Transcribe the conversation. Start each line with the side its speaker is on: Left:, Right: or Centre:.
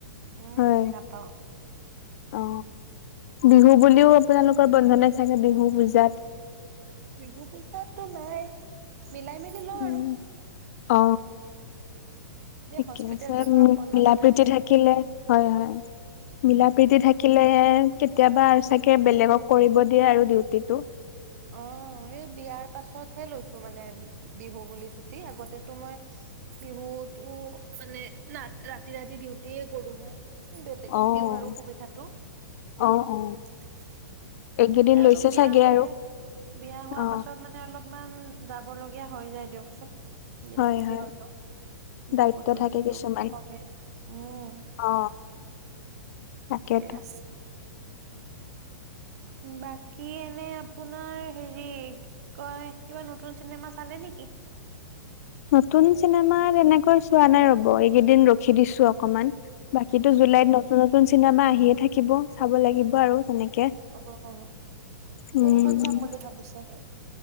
Right: উম
Left: হয়।
Right: নাপাওঁ
Left: অ বিহু বুলিও আপোনালোকৰ বন্ধনাই চাগে বিহু পূজাত
Right: বিহু পূজাতো নাই মিলাই মেলি লওঁ
Left: উম।
Right: আৰু
Left: অ
Right: এই
Left: ঠিকে
Right: হস্পিতেলটো
Left: আছে
Right: ধৰক বন্ধ
Left: মিলাপ্ৰীতি
Right: নাথাকে।
Left: থাকিলে হয় হয় মিলা
Right: উম।
Left: প্ৰীতি থাকিলে কেতিয়াবা আৰু চাগে বেলেগক কৰিব দিয়ে আৰু ডিউটিটো
Right: অ এই বিয়াৰ পাছতহে লৈছো মানে বিহু বুলি ছুটি আগতেতো মই বিহুতো মানে না ৰাতি ৰাতি ডিউটিয়ে কৰো মই বেলেগক
Left: অ',
Right: দিও আৰু সুবিধাটো এতিয়া
Left: অ অ এইকেইদিন লৈছে
Right: আৰু বিয়া
Left: চাগে
Right: হলে
Left: আৰু
Right: বিয়া হোৱা
Left: অ
Right: পাছত মানে অলপমান যাবলগীয়া হৈ যায় দিয়কচোন। যিমান
Left: হয়
Right: যি
Left: হয়
Right: হ'লেও।
Left: দায়িত্ব
Right: বিহুটোত
Left: থাকে কিছুমান
Right: তো <unintelligible> উম।
Left: অ তাকেতো।
Right: ঠিকে আছে। বাকী এনে আপোনাৰ হেৰি কি কয় কিবা নতুন চিনেমা চালে নেকি?
Left: নতুন চিনেমা তেনেকৈ চোৱা নাই ৰব। এইকেইদিন ৰখি দিছো অক অকমান। বাকীতো
Right: উম।
Left: জুলাইত নতুন নতুন চিনেমা আহিয়ে থাকিব। চাব লাগিব আৰু তেনেকে
Right: অ',
Left: উম
Right: কোনখন চাম বুলি ভাবিছে?